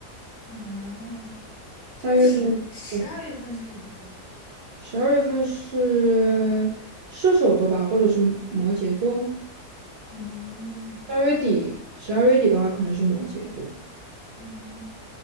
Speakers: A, on the left (about 75°); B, on the right (about 75°).
A: 啊，
B: 三月份是，
A: 那十十二月份是什么座？
B: 十二月份是射手座吧，或者是摩羯座。
A: 嗯嗯
B: 十二月底，十二月底的话可能是摩羯座。
A: 嗯，